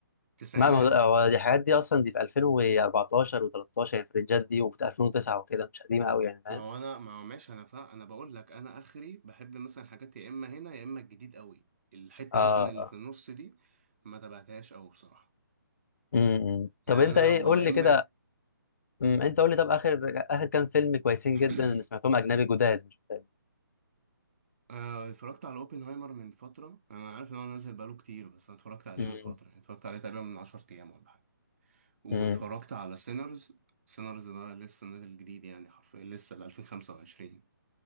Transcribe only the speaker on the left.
ما ما هو هو دي الحاجات دي اصلا دي في 2014 و13 يعني في الرنجات دي وفي 2009 وكده مش قديمه قوي يعني فاهم
اه
اه
امم طب
انت
ايه
قول
لي
كده أمم، انت قول لي طب اخر اخر كام فيلم كويسين
جدا اللي سمعتهم اجنبي جداد مش فاهم
امم
امم